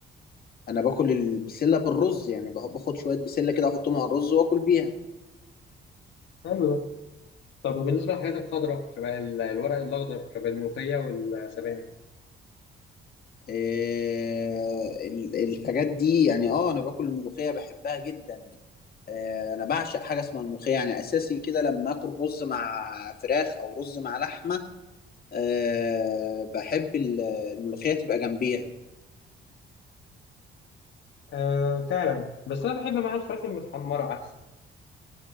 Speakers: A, on the left (about 50°); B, on the left (about 70°).
A: أنا باكل البسلة بالرز يعني باخد شوية بسلة كده أحطهم على الرز وآكل بيها
B: حلو ده طب وبالنسبه للحاجات الخضراء شبه ال- الورق الاخضر شبه الملوخيه والسبانخ
A: آه، ال- الحاجات دي يعني اه انا باكل الملوخيه بحبها جدا آه، انا بعشق حاجه اسمها الملوخيه يعني اساسي كده لما اكل رز مع فراخ او رز مع لحمه أه بحب ال- الملوخيه تبقى جنبيها
B: آه فعلا بس انا بحب معاها الفراخ المتحمره احسن